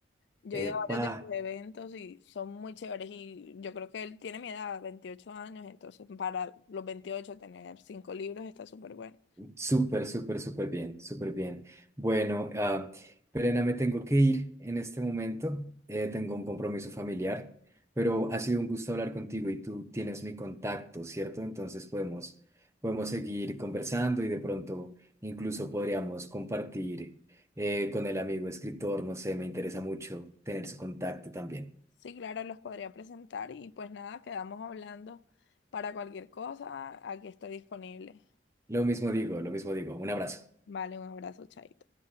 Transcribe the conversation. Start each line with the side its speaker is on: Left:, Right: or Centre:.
Left: Yo he
Right: Epa.
Left: ido a varios de sus eventos y son muy chéveres y yo creo que él tiene mi edad, 28 años, entonces para los 28 tener cinco libros está súper bueno.
Right: Súper, súper, súper bien, súper bien. Bueno, ah, Perena, me tengo que ir en este momento. eh, tengo un compromiso familiar, pero ha sido un gusto hablar contigo y tú tienes mi contacto, ¿cierto? Entonces podemos, podemos seguir conversando y de pronto incluso podríamos compartir eh, con el amigo escritor, no sé, me interesa mucho tener su contacto también.
Left: Sí, claro, los podría presentar y pues nada, quedamos hablando. Para cualquier cosa, aquí estoy disponible.
Right: Lo mismo digo, lo mismo digo. Un abrazo.
Left: Vale, un abrazo, chaito.